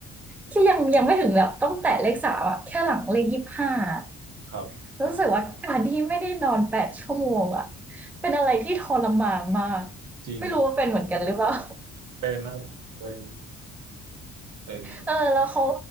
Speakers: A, in the centre; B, on the right.
A: ที่ยังยังไม่ถึงแบบต้องแตะเลขสามอะแค่หลังเลข25อะ
B: ครับ
A: รู้สึกว่าการที่ไม่ได้นอน8ชั่วโมงอะเป็นอะไรที่ทรมานมาก
B: จริง
A: ไม่รู้ว่าเป็นเหมือนกันหรือเปล่า
B: เป็นครับเป็น เป็นนะครับ
A: เออแล้วเขา